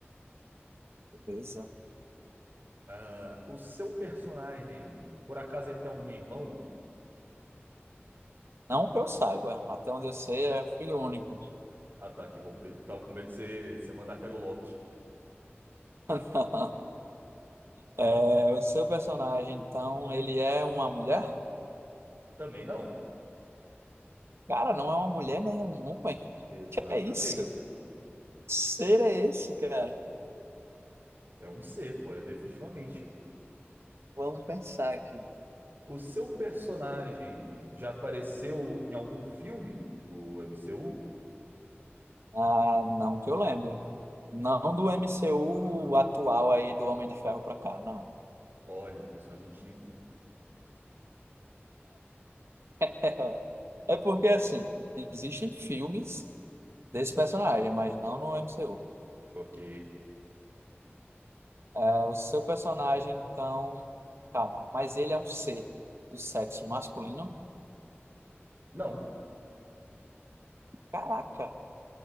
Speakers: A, on the right; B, on the right.
A: Beleza.
B: Ah, o seu personagem, por acaso ele tem um irmão?
A: Não que eu saiba. Até onde eu sei, é filho único.
B: Ah, tá, que bom. Eu tava com medo de você, de você mandar que era o Loki.
A: <laughs> É, o seu personagem, então, ele é uma mulher?
B: Também não.
A: Cara, não é uma mulher, nem é um homem.
B: Exatamente,
A: <laughs> É isso?
B: pô.
A: Que ser é esse, cara?
B: É um ser, pô. É definitivamente, pô.
A: Vamos pensar aqui.
B: O seu personagem já apareceu em algum filme do MCU?
A: Ah, não que eu lembro. Não do MCU atual aí do Homem de Ferro pra cá, não.
B: Olha, personagem antigo.
A: <laughs> É porque, assim, existem filmes desse personagem, mas não no MCU.
B: Ok.
A: É, o seu personagem, então. Calma, mas ele é um ser do sexo masculino?
B: Não.
A: Caraca,